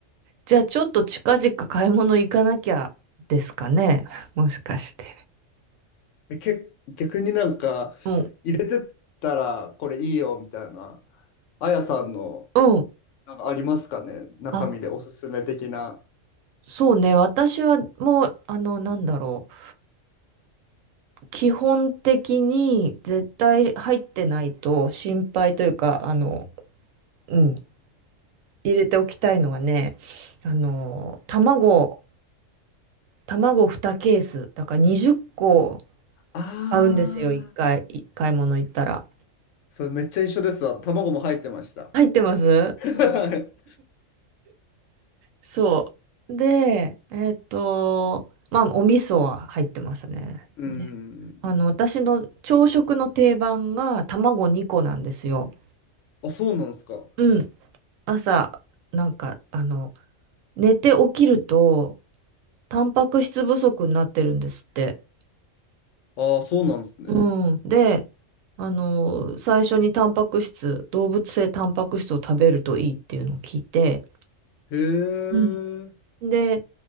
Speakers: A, on the right; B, on the left.
A: じゃあちょっと近々買い物行かなきゃですかね。<laughs> もしかして。
B: け、逆になんか入れてったらこれいいよみたいな、
A: うん。
B: あやさんの
A: うん。
B: なんかありますかね中身でおすすめ的な。
A: あ、そうね。私はもう、あの、なんだろう。基本的に絶対入ってないと心配というか、あの、うん。入れておきたいのはね、あの、卵、卵2ケース。だから20個う
B: ああ、
A: 買うんですよ。1回、い買い物行ったら。
B: それめっちゃ一緒ですわ。卵も入ってました。
A: 入ってます
B: <laughs> はい
A: そう。で、えっと、まあ、お味噌は入ってますね。
B: うん。
A: ねあの、私の朝食の定番が卵2個なんですよ。
B: あ、そうなんですか。
A: うん。朝、なんか、あの、寝て起きると、タンパク質不足になってるんですって。
B: ああ、そうなんですね。
A: うん。で、あの、最初にタンパク質、動物性タンパク質を食べるといいっていうのを聞いて、
B: へえ、
A: うんで、